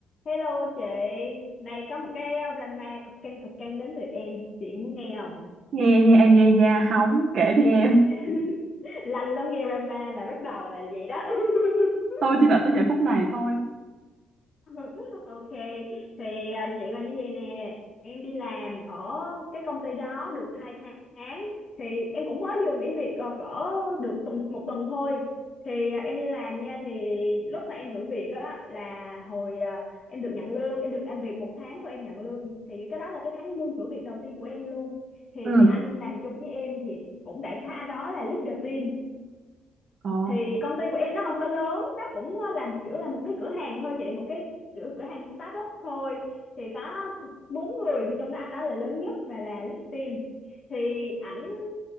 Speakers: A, on the left; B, on the right.
A: Hello chị, nay có một cái drama cực căng cực căng đến từ em, chị muốn nghe không?
B: nghe nha nghe nha hóng kể đi em
A: <laughs> Lành lắm nghe drama là bắt đầu là vậy đó. <laughs>
B: tôi chỉ đợi tới giây phút này thôi
A: <laughs> Ok, thì à, chuyện là như vậy nè, em đi làm ở cái công ty đó được 2 tháng, thì em cũng mới vừa nghỉ việc à, cỡ được tuần một tuần thôi. Thì à, em đi làm nha, thì lúc mà em thử việc á là hồi à, em được nhận lương, em được làm việc một tháng thôi em nhận lương, thì cái đó là cái tháng lương thử việc đầu tiên của em luôn. Thì
B: Ừ.
A: cái anh làm chung với em thì cũng đại khái anh đó là leader team
B: ồ
A: thì công ty của em nó không có lớn nó cũng ờ, làm kiểu là một cái cửa hàng thôi chị một cái kiểu cửa hàng start up thôi thì có bốn người thì trong đó anh đó là lớn nhất và là lead team thì ảnh